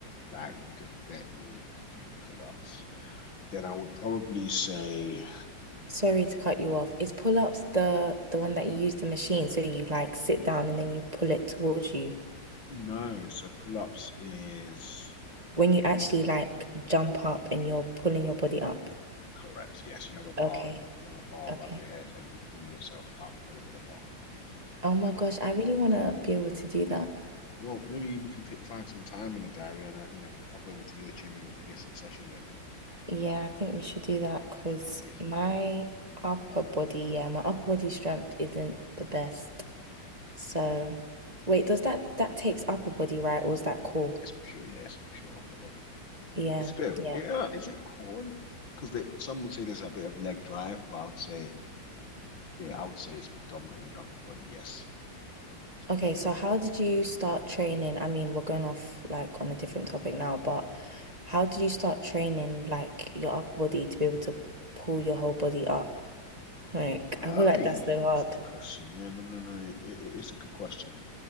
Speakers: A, on the left (about 80°); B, on the right (about 20°).
A: Like you could bet me to do pull-ups. Then I would probably say
B: Sorry to cut you off. Is pull-ups the the one that you use the machine so you like sit down and then you pull it towards you
A: no. So pull-ups is
B: when you actually like jump up and you're pulling your body up.
A: correct. Yes, you have a bar.
B: Okay.
A: You have a bar above
B: Okay.
A: your head and you pull yourself up over the bar.
B: Oh my gosh, I really want to be able to do that.
A: Well, maybe we can fit, find some time in the diary and I, you know, I could pop over to your gym and we could get some sessions in.
B: Yeah, I think we should do that because
A: That would be so
B: my
A: cool.
B: upper body, yeah, my upper body strength isn't the best. So, wait, does that that takes upper body, right? Or is that core?
A: It's pure, yeah, it's pure upper body.
B: Yeah.
A: It's a bit of,
B: Yeah.
A: yeah, is it corn? Because they some would say there's a bit of leg drive, but I would say, yeah, I would say it's predominantly upper body. Yes, it's predominantly
B: Okay, so how
A: upper body.
B: did you start training? I mean, we're going off like on a different topic now, but how did you start training like your upper body to be able to pull your whole body up? Like,
A: Aye,
B: I feel like that's so hard.
A: that's a good question. Yeah, no, no, no. It, it- it's a good question.